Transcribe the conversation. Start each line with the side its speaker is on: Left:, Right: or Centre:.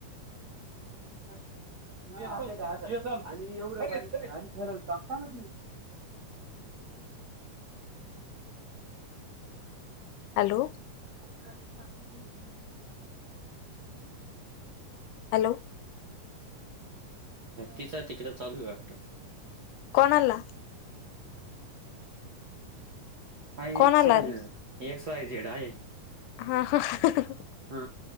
Right: <unintelligible>
Left: हॅलो.
Right: बारीक बारीक कापून न्यायची रे
Left: हॅलो.
Right: तिचा तिकडं चालू आहे वाटत.
Left: कण आणला.
Right: हाय
Left: कोणाला
Right: एक्स वाय
Left: रे
Right: झेड एक्स वाय झेड आहे.
Left: हा हं हं.
Right: हा